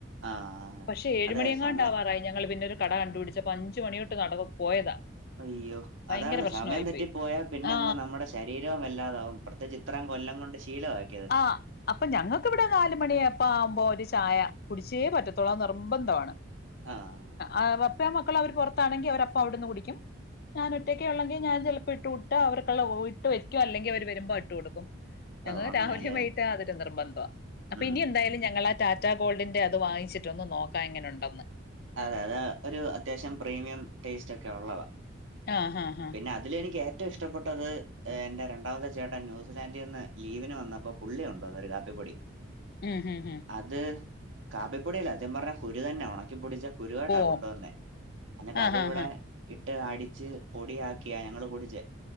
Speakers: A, on the right; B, on the left.
A: ആഹ്.
B: പക്ഷെ ഏഴ്
A: അതെ
B: മണിയെങ്ങാണ്ടാവാറായി
A: സമയം
B: ഞങ്ങള് പിന്നെ ഒരു കട കണ്ടു പിടിച്ച അപ്പ അഞ്ചച് മണിോട്ട് നട പോയതാ
A: അയ്യോ
B: ഭയങ്കര
A: അതാണ്
B: പ്രശ്നമായി
A: സമയം തറ്റി
B: പോയി
A: പോയാ പിന്നെ
B: ആ
A: അങ്ങ് നമ്മുടെ ശരീരവും വല്ലാതാവും പ്രത്യേകിച്ച് ഇത്രയും കൊല്ലം കൊണ്ട് ശീലമാക്കും
B: ആഹ് അപ്പൊ ഞങ്ങൾക്ക് ഇവിടെ നാല മണിയ ചപ്പ ആവുമ്പോ ഒരു ചായ കുടിച്ചേ പറ്റത്തുള്ളൂ അത് നിർബന്ധമാണ്
A: ആഹ്.
B: ആഹ അ അപ്പേ മക്കള അവര് പുറത്താണെങ്കിൽ അവര അപ്പ അവിടുന്ന് കുടിക്കും ഞാൻ ഒറ്റയ്ക്കെ ഉള്ളെങ്കിൽ ഞാൻ ചിലപ്പോൾ ഇട്ട് വിട്ട് അവർക്ക ഇട്ട് വയ്ക്കും അല്ലെങ്കിൽ അവര് വരുമ്പോ ഇട്ട് കൊടുക്കും ഞങ്ങള്
A: ഓ അങ്ങനെയല്ലേ
B: രാവിലെയും വൈകിട്ടും അതിര് നിർബ ത അപ്പൊ
A: ഉം
B: ഇനി എന്തായാലും ഞങ്ങള ആ ടാ റ്റാഗോൾഡിന്റെ അത് വാങ്ങിച്ചട്ട ഒന്ന് നോക്കാ ഇങ്ങനെണ്ടന്ന്
A: അതെ അത ഒരു അത്യാവശ്യം പ്രീമിയം ടേസ്റ്റ് ഒക്കെ ഉള്ളത
B: ആഹ് ആഹ് ആഹ്
A: പിന്നെ അതില എനിക്ക്ഏറ്റ ഏറ്റവും ഇഷ്ടപ്പെട്ടത് എന്റെ രണ്ടാമത്തെ ചേട്ടൻ ന്യൂസിലാന്ൻഡിൽ നിന്ന് ലീവിന് വന്നപ്പോ പുള്ളിയ ഉണ്ടോന്നൊ ഒരു കാപ്പിപ്പൊടി
B: ഉം ഹം ഉ
A: അത് കാപ്പിപ്പൊടിയല്ല അദ്യം പറഞ്ഞ കുരു തന്നെ ആണ <unintelligible> കുരുവാട്ടാ
B: ഓ
A: കൊണ്ടുവന്നേ എന്നിട്ട്
B: ആഹ്
A: അതി
B: ആഹ്
A: ഇവിടെ
B: ആഹ്
A: ഇട്ട് അടിച്ച് പൊടിയാക്കിയാ ഞങ്ങള്ൾ കൂടിച്ചേ